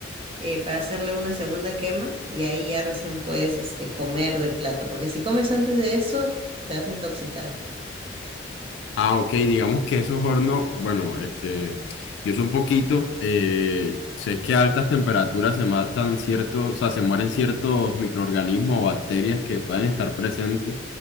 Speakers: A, on the right; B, on the left.
A: eh, para hacerle una segunda quema y ahí ya recién puedes este, comer del plato, porque si comes antes de eso, te vas a intoxicar.
B: Ah, ok, digamos que esos hornos, bueno, este, yo sé un poquito, eh, sé que a altas temperaturas se matan ciertos, o sea, se mueren ciertos microorganismos o bacterias que pueden estar presentes.